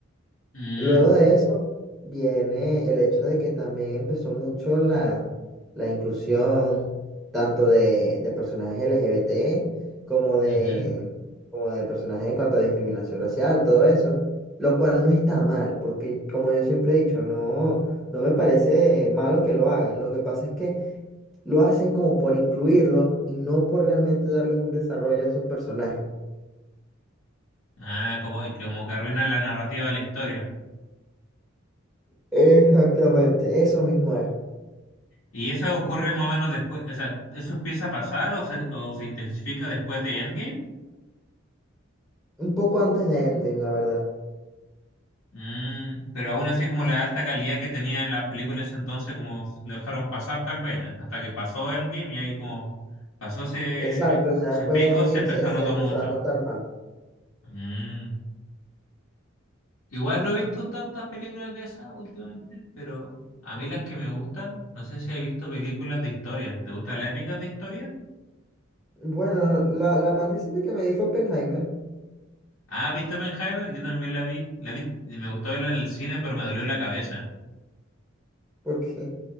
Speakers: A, on the left; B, in the centre.
A: mm,
B: Luego de eso viene el hecho de que también empezó mucho la, la inclusión tanto de, de personajes LGBT como de,
A: ujú.
B: como de personajes en cuanto a discriminación racial, todo eso, lo cual no está mal, porque como yo siempre he dicho, no, no me parece malo que lo hagan. Lo que pasa es que lo hacen como por incluirlos y no por realmente darles un desarrollo a esos personajes.
A: Ah, como, y como que arruina la narrativa de la historia.
B: Exactamente, eso mismo es.
A: ¿Y eso ocurre más o menos después, o sea, eso empieza a pasar o se, o se intensifica después de Endgame?
B: Un poco antes de Endgame, la verdad.
A: Mm, pero aún así como la alta calidad que tenía las películas ese entonces como lo dejaron pasar tal vez, ¿eh? hasta que pasó Endgame y ahí como pasó ese,
B: Exacto, ya
A: ese
B: después
A: pico
B: de Endgame
A: se empezó
B: se,
A: a
B: se
A: notar
B: empezó
A: mucho.
B: a notar más.
A: Mm. Igual no he visto tantas películas de esas últimamente, pero a mí las que me gustan, no sé si has visto películas de historia. ¿Te gustan las épicas de historia?
B: Bueno, la, la más reciente que me di fue Oppenheimer,
A: Ah, ¿viste Oppenheimer? Yo también la vi. La vi, y me gustó verla en el cine, pero me dolió la cabeza.
B: porque,